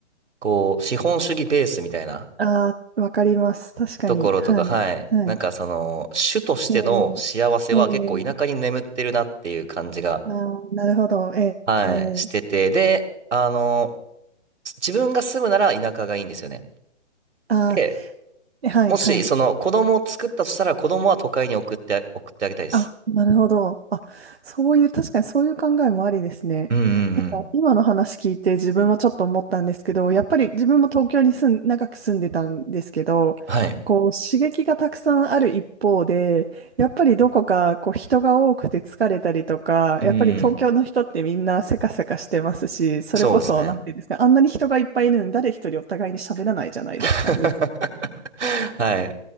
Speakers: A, on the right; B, on the right.
A: こう資本主義ベースみたいな
B: ああ、わかります。確かに、
A: ところとか、
B: はい、
A: はい。
B: はい。
A: なんかその、主としての幸せは結構田舎に眠ってるなっていう感じが、
B: ええ、ええ、ああ、なるほど。えーえー、
A: はい、してて。で、あの、自分が住むなら田舎がいいんですよね。
B: あ
A: で、
B: あ、はい、
A: もしその子供を作ったとしたら子供は都会に送って、
B: はい。
A: 送ってあげたいです。
B: あ、なるほど。あ、そういう、確かにそういう考えもありですね。
A: うんうんうん。
B: なんか今の話聞いて自分もちょっと思ったんですけど、やっぱり自分も東京に住ん、長く住んでたんですけど、
A: はい。
B: こう刺激がたくさんある一方で、やっぱりどこかこう人が多くて疲れたりとか、
A: うん。
B: やっぱり東京の人ってみんなせかせかしてますし、それこそ、
A: そうですね。
B: なんていうんですか、あんなに人がいっぱいいるのに誰一人お互いに喋らないじゃないですか。
A: <laughs> はい。